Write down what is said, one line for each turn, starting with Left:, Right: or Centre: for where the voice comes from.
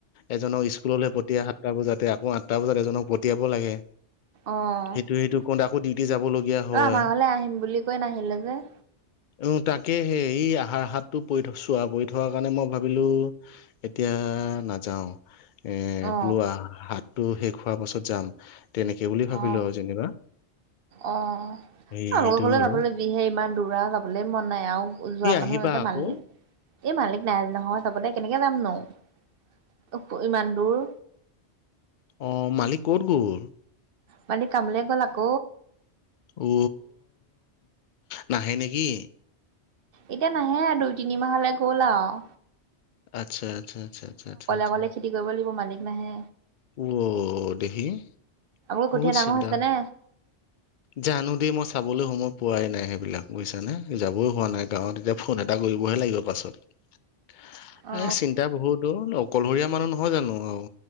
Left: এজনক স্কুললে পথ টা বজাতে আকৌ আঠটা বজাত এজনক পঠিয়াব লাগে।
Right: আহ
Left: সেইটো
Right: ত
Left: সেইটো কৰোতে আকৌ ডিউটি যাবলগীয়া হয়
Right: আমাৰ ঘৰলে আহিম বুলি কৈ নাহিলি যে।
Left: উ তাকে হে এই আহাৰ হাতটো পৰি থ চোৱা পৰি থকাৰ কাৰণে মই ভাবিলো এতিয়া নাযাও। <unintelligible> উম
Right: অ
Left: লোৱা হাত টো শেষ হোৱাৰ পাছত যাম। তেনেকে বুলি ভাবিলো
Right: আহ
Left: আৰু যেনিবা
Right: আহ
Left: সেইটো
Right: আপোনালোকৰ ঘৰলে
Left: বাৰু
Right: যাবলৈ যিহে ইমান দূৰ আও যাবলৈ মন নাই আৰু যোৱা
Left: কি আহিবা
Right: মানুহ নাই যে
Left: আকৌ
Right: মানিলে <unintelligible> এই মালিক নাই নহয় চাবলৈ কেনেকে যাম নো। <unintelligible> অ ইমান দূৰ।
Left: অ মালিক ক'ত গল
Right: মালিক কামলে গ'ল আক
Left: অ নাহে নেকি?
Right: এতিয়া নাহে দুই তিনি মাহলৈ গ'ল আৰু।
Left: আচ্ছা আচ্ছা আচ্ছা আচ্ছা
Right: অকলে খেতি কৰিব লাগিব মালিক নাহে।
Left: অ দেহি
Right: আপোনালোকৰ
Left: বহুত
Right: কঠীয়া ডাঙৰ
Left: চিধা।
Right: হৈছে
Left: <unintelligible>
Right: নে
Left: জানো দেই মই চাবলৈ সময় পোৱাই নাই সেইবিলাক বুজিছানে যাবই হোৱা নাই গাঁৱত এতিয়া ফোন এটা কৰিবহে লাগিব পাছত। <unintelligible>
Right: অ
Left: চিন্তা বহুত অ অকলহৰীয়া মানুহ নহয় জানো আৰু